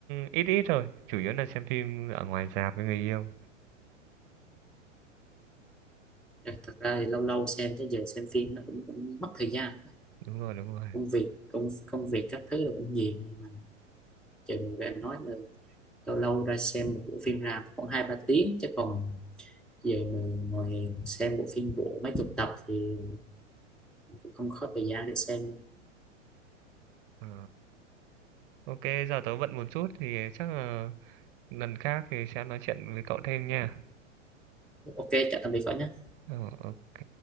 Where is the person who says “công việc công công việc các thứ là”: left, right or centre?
Centre